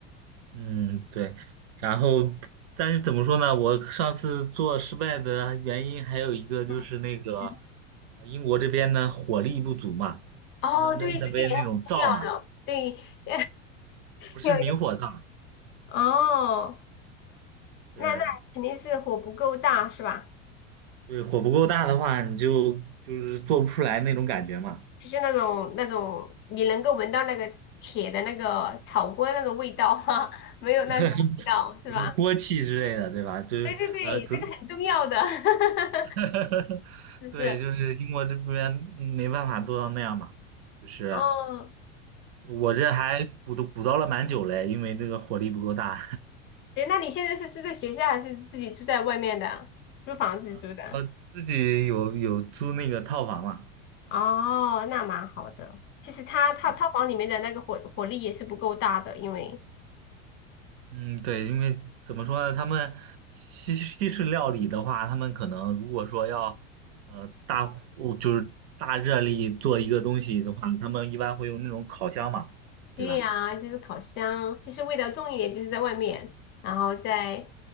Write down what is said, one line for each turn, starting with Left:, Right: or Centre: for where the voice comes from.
Right: 嗯，对。然后，但是怎么说呢？我上次做失败的原因还有一个就是那个，
Left: 嗯嗯。
Right: 呃英国这边的火力不足嘛，
Left: 哦，
Right: 他们那那边那种灶嘛，
Left: 对，这个也很重要的，对，<laughs>
Right: 不是明火灶，
Left: 有哦，
Right: 对
Left: 那那肯定是火不够大是吧？
Right: 对，火不够大的话，你就就是做不出来那种感觉嘛，
Left: 就是那种那种你能够闻到那个铁的那个炒锅那个味道哈，<laughs> 没有那种味道是吧？
Right: <laughs> 什么锅气之类的，对吧？就是呃，
Left: 对对对，
Right: 主
Left: 这个很重要的，<laughs>
Right: <laughs>
Left: 是不是？
Right: 对，就是英国这边没办法做到那样嘛，就是
Left: 哦，
Right: 我这还补都补到了蛮久嘞，因为这个火力不够大，
Left: 对，那你现在是住在学校还是自己住在外面的？租房子住的？
Right: <laughs> 我自己有有租那个套房嘛，
Left: 哦，那蛮好的。其实他它套房里面的那个火火力也是不够大的，
Right: 对
Left: 因为。
Right: 嗯，对，因为怎么说呢，他们西西式料理的话，他们可能如果说要呃大火就是大热力做一个东西的话，他们一般会用那种烤箱嘛，
Left: 对呀，
Right: 对吧？
Left: 就是烤箱，就是味道重一点，就是在外面，然后在